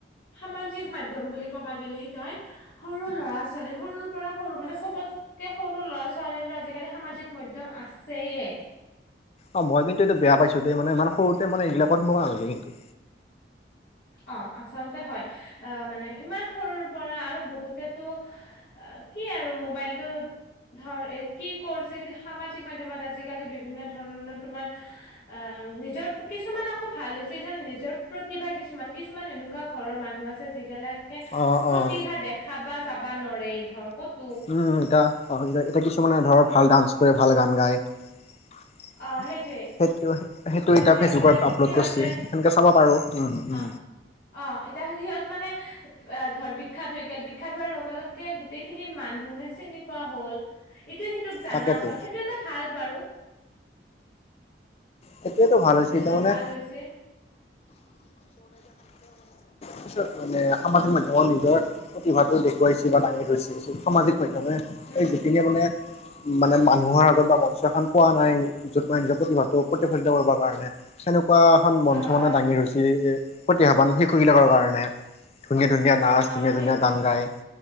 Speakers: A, on the left; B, on the left.
A: সামাজিক মাধ্যম বুলি ক'বা গে'লি তই সৰু ল'ৰা-ছোৱালী, সৰুৰ পৰা সৰু মানে চবতকে সৰু ল'ৰা-ছোৱালীৰো আজিকালি সামাজিক মধ্যম আছেয়ে।
B: অ', মই কিন্তু এইটো বেয়া পাইছো যে, ইমান সৰুতে মানে এইবিলাকত সমাব নালগে।
A: অ', আচলতে হয়, মানে ইমান সৰুৰ পৰা আৰু বহুতেতো অ', কি আৰু মোবাইলটো ধৰ, এ, কি কৰছে যে সামাজিক মাধ্যমত আজিকালি বিভিন্ন ধৰণৰ তোমাৰ এ, নিজৰ কিছুমান আকৌ ভাল হৈছে যেন নিজৰ প্ৰতিভা কিছ মান কিছুমান এনেকুৱা ঘৰৰ মানুহ আছে যিগিলাকে
B: অ'
A: প্ৰতিভা
B: অ'।
A: দেখ খাবা, যাবা নৰে ধৰ ক'ত
B: উম, এতিয়া অসুবিধা, এতিয়া কিছুমানে ধৰ
A: প
B: ভাল ডান্স কৰে, ভাল গান গায়। সেইটো
A: অ', সেইটোৱে
B: সেইটো এতিয়া
A: সিহঁতে
B: ফেচবুকত আপলোড
A: সিহঁতে
B: কৰছে। সেনকে চাবা পাৰো। উ, উ।
A: অ', অ', এতিয়া সিহঁত মানে ধৰ বিখ্যাত হৈ গ'ল, বিখ্যাত হোৱাৰ লগে লগে গোটেইখিনি মানুহে চিনি পোৱা হ'ল। ইটোয়ে সিটোক জানা
B: তাকেতো
A: হ'ল সেইটো এটা ভাল বাৰু।
B: সেইটোৱেতো ভালহৈছে
A: সেইটো
B: <unintelligible> এতিয়া
A: এটা
B: মানে
A: ভাল হৈছে
B: পিছত মানে সামাজিক মাধ্যমত নিজৰ প্ৰতিভাটো দেখুৱাইছে বা দাঙি ধৰিছে, সামাজিক মাধ্যমে
A: উম।
B: এই গতিকে মানে মানে মানুহৰ আগত বা মঞ্চ এখন পোৱা নাই য'ত মান নিজৰ প্ৰতিভাটো প্ৰতিফলিত কৰিব কাৰণে তেনেকুৱা এখন মঞ্চ
A: অ',
B: মানে
A: অ',
B: দাঙি ধৰছি এ। প্ৰতিভাবান শিশুবিলাকৰ কাৰণে ধুনীয়া ধুনীয়া নাচ
A: অ',
B: ধুনীয়া
A: সেইটোৱে
B: ধুনীয়া গান গায়